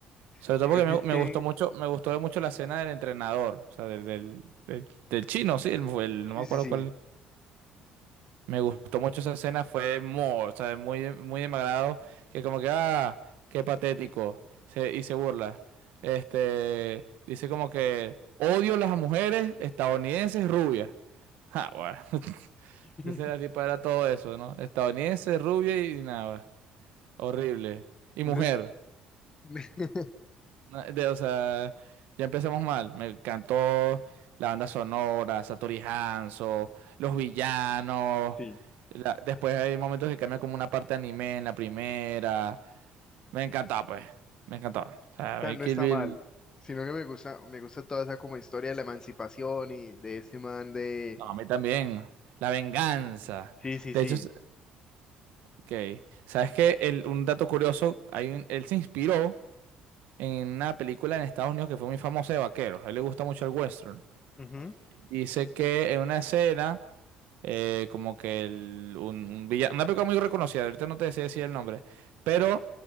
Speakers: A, on the right (about 80°); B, on the left (about 25°).
A: Sobre
B: Sino
A: todo porque
B: que
A: me,
B: es
A: me
B: que,
A: gustó mucho, me gustó mucho la escena del entrenador, o sea, del, del, del- del chino, sí, el- el- no me
B: sí,
A: acuerdo
B: sí, sí.
A: cuál. Me gustó mucho esa escena, fue muy, o sea, muy, muy de mi agrado, que como que, ah, qué patético, se- y se burla. Este, dice como que odio las mujeres estadounidenses rubias. Ah, bueno. <laughs>
B: <laughs>
A: Entonces la tipa era todo eso, ¿no? Estadounidense, rubia y nada, horrible. Y
B: No
A: mujer.
B: <laughs>
A: Na- de- o sea, ya empezamos mal. Me encantó la banda sonora, Satori Hanzo, los villanos.
B: Sí, o
A: la- después hay momentos que cambia como una parte de anime en la primera. Me encantó pues. Me encantó O sea,
B: sea,
A: a mí
B: no
A: Kill
B: está
A: Bill-
B: mal, sino que me gusta, me gusta toda esa como historia de la emancipación y de este man de...
A: No, a mí también. La venganza.
B: Sí, sí,
A: De
B: sí.
A: hecho, s- ok. ¿Sabes qué? El- un dato curioso, hay un- él se inspiró en una película en Estados Unidos que fue muy famosa de vaqueros. A él le gusta mucho el western.
B: Ujú,
A: Dice que en una escena, eh, como que el- un, un villano, una película muy reconocida, ahorita no te sé decir el nombre, pero